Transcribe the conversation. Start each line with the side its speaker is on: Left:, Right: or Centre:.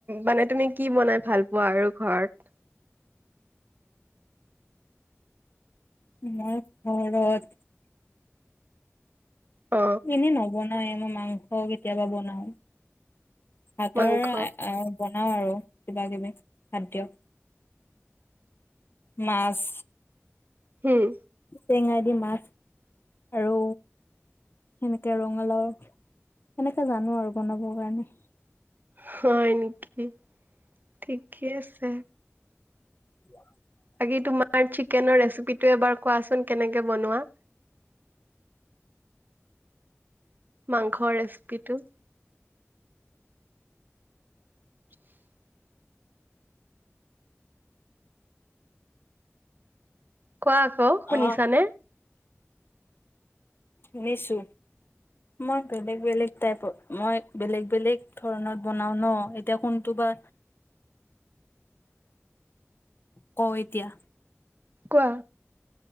Right: মানে তুমি কি বনাই ভাল পোৱা আৰু ঘৰত।
Left: মই ঘৰৰত।
Right: অ
Left: এনে নবনায়ো মই মাংস কেতিয়াবা বনাও। ভাতৰ
Right: মাংস
Left: বনাও আৰু কিবা কিবি খাদ্য। মাছ
Right: হ'ম।
Left: টেঙাই দি মাছ আৰু সেনেকে ৰঙালাও, সেনেকে জানো আৰু বনাবৰ কাৰণে।
Right: হয় নেকি, ঠিকে আছে।
Left: কোৱা
Right: বাকি তোমাৰ চিকেনৰ ৰেচিপি টো এবাৰ কোৱাচোন কেনেকে বনোৱা। মাংসৰ ৰেচিপিটো। <unintelligible> কোৱা আকৌ, শুনিছানে?
Left: অ', শুনিছো, মই বেলেগ বেলেগ টাইপত, মই বেলেগ বেলেগ ধৰণত বনাও ন এতিয়া কোনটো বা। ক এতিয়া।
Right: কোৱা,